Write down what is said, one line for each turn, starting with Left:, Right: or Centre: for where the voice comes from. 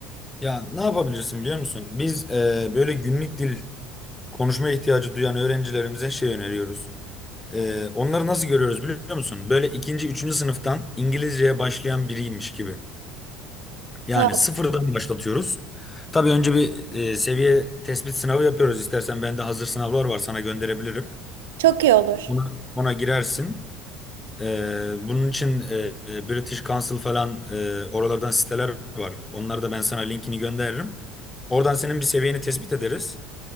Left: Ya ne yapabilirsin biliyor musun? Biz e, böyle günlük dil konuşma ihtiyacı duyan öğrencilerimize şey öneriyoruz. E, onları nasıl görüyoruz biliyor musun? Böyle ikinci, üçüncü sınıftan İngilizceye başlayan biriymiş gibi. Yani
Right: Ya,
Left: sıfırdan başlatıyoruz. Tabii önce bir e, seviye tespit sınavı yapıyoruz. İstersen bende hazır sınavlar var sana gönderebilirim.
Right: çok iyi olur.
Left: Buna ona girersin. E, bunun için e, e, British Council falan e, oralardan siteler var. Onları da ben sana linkini gönderirim. Oradan senin bir seviyeni tespit ederiz.